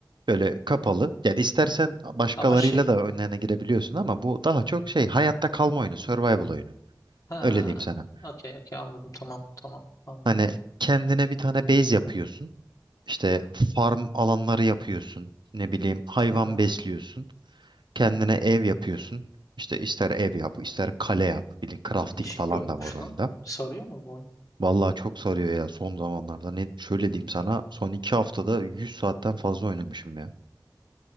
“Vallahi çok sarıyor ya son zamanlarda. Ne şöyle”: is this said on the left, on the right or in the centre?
Right